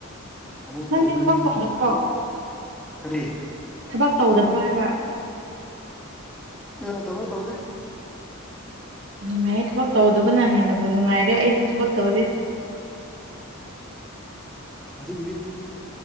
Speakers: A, in the centre; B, on the right.
A: ꯑꯃꯨꯛ
B: ꯅꯪꯗꯤ
A: ꯇꯨꯝꯃꯅꯤ
B: ꯊꯕꯛ
A: <unintelligible>
B: ꯇꯧꯗꯕ꯭ꯔꯣ
A: ꯀꯔꯤ
B: ꯊꯕꯛ ꯇꯧꯗꯕ꯭ꯔꯣ ꯍꯥꯏꯕ
A: ꯑ ꯇꯧꯗꯦ ꯇꯧꯗꯦ
B: ꯅꯨꯡꯉꯥꯏꯌꯦ ꯊꯕꯛ ꯇꯧꯗꯕꯅ ꯍꯦꯟꯅꯕꯨ ꯅꯨꯡꯉꯥꯏꯔꯦ ꯑꯩꯁꯨ ꯊꯕꯛ ꯇꯧꯗꯦ
A: ꯍꯧꯖꯤꯛꯀꯤꯗꯤ